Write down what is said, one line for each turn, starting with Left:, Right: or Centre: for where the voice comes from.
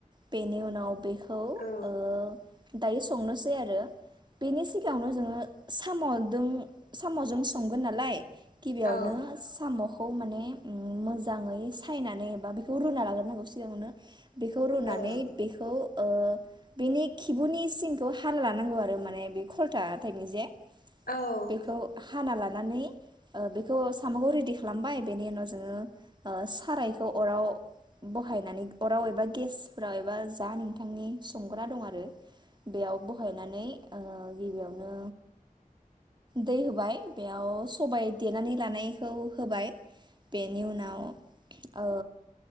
Right: बेनि उनाव आ बेखौ
Left: औ
Right: ओ दायो संनोसै आरो। बेनि सिगाङावनो जोङो साम'जों साम'जों संगोन नालाय गिबियावनो
Left: औ
Right: साम'खौ माने ओ मोजाङै सायनानै एबा बेखौ रुना लाग्रोनांगौ सिगाङावनो बेखौ रुनानै
Left: औ
Right: बेखौ ओ बेनि खिबुनि सिंखौ हाल लानांगौ आरो माने बे खलथा थायो जे
Left: औ
Right: बेखौ हाना लानानै ओ बेखौ साम'खौ रेडि खालामबाय बेनि उनाव जोङो ओ सारायखौ अराव बहायनानै अराव एबा गेसफोराव एबा जा नोंथांनि संग्रा दं आरो बेयाव बहायनानै ओ गिबियावनो दै होबाय बेयाव सबाय देनानै लानायखौ होबाय बेनि उनाव ओ